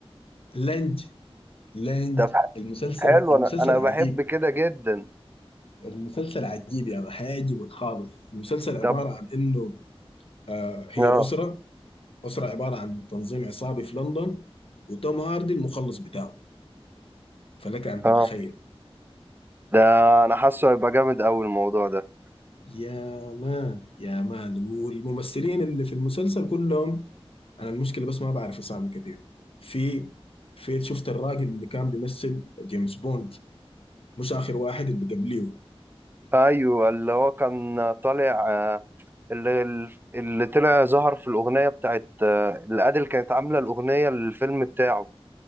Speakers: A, on the left (about 65°); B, on the right (about 20°).
A: لنج لاند
B: ده
A: المسلسل
B: حلو
A: المسلسل
B: انا انا
A: عجيب
B: بحب كده جدا
A: المسلسل عجيب يعني هيعجبك خالص المسلسل عبارة
B: طب
A: عن إنه آه هي
B: اه
A: أسرة أسرة عبارة عن تنظيم عصابي في لندن وتوم هاردي المخلص بتاعه فلك أن تتخيل
B: اه ده انا حاسه هيبقى جامد قوي الموضوع ده
A: يا مان يا مان والممثلين اللي في المسلسل كلهم أنا المشكلة بس ما بعرف أسامي كتير في في شفت الراجل اللي كان بيمثل جيمس بوند مش آخر واحد اللي قبليه
B: ايوه اللي هو كان طالع آه، اللي اللي طلع ظهر في الاغنيه بتاعت آه، اللي ادل كانت عامله الاغنيه للفيلم بتاعه